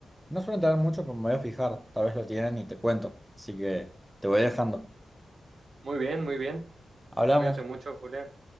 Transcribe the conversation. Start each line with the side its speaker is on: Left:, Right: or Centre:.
Centre: No suelen tener mucho, pero me voy a fijar, tal vez lo tienen y te cuento. Así que te voy dejando.
Right: Muy bien, muy bien.
Centre: Hablamos.
Right: Cuídate mucho, Julián.